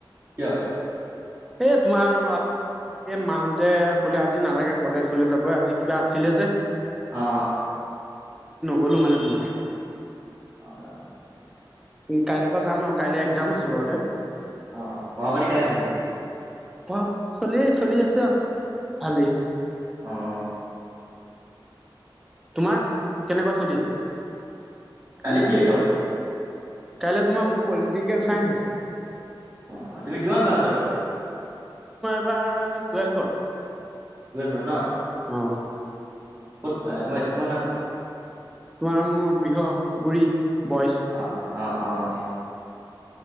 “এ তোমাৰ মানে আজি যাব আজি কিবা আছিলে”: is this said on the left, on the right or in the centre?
Centre